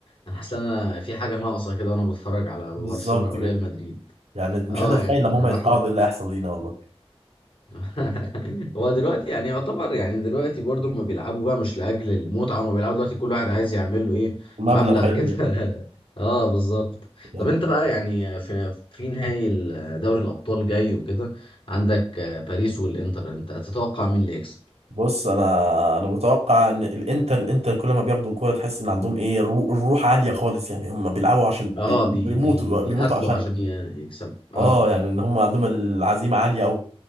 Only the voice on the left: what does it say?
انا حاسس ان انا في حاجة ناقصة كده وانا بتفرج على برشلونة
وريال
مدريد
اه
يعني
اللي
راح
<laughs> هو دلوقتي يعني يعتبر يعني دلوقتي برضو ما بيلعبوا بقى مش لأجل المتعة ما بيلعبوا دلوقتي كل واحد عايز يعمل له ايه
مبلغ
كده
<laughs> اه بالظبط
طب انت بقى يعني في في نهائي ال- دوري الأبطال جاي وكده عندك آه، باريس والإنتر انت تتوقع مين اللي يكسب
اه
بي بي بيقاتلوا
عشان ي- يكسبوا اه